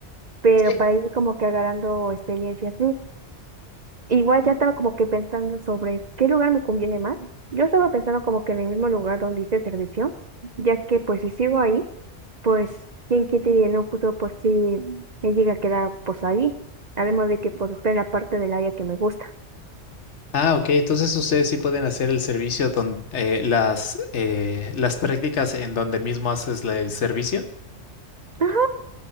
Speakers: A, on the right; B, on the left.
A: pero
B: Sí.
A: para ir como que agarrando experiencia sí Igual ya estaba como que pensando sobre qué lugar me conviene más. Yo estaba pensando como que en el mismo lugar donde hice servicio, ya que pues si sigo ahí, pues quién quita y en un futuro pues sí me llega a quedar pues ahí. Además de que pues está en la parte del área que me gusta.
B: Ah, ok. Entonces ustedes sí pueden hacer el servicio donde las eh, las prácticas en donde mismo haces la- el servicio.
A: Ajá.